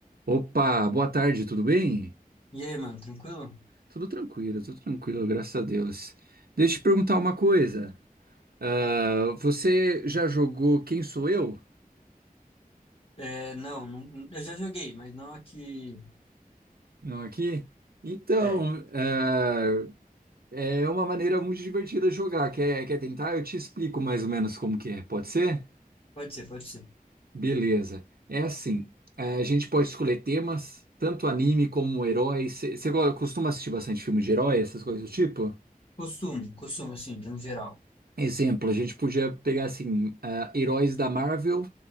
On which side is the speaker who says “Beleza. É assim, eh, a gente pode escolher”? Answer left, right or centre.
Right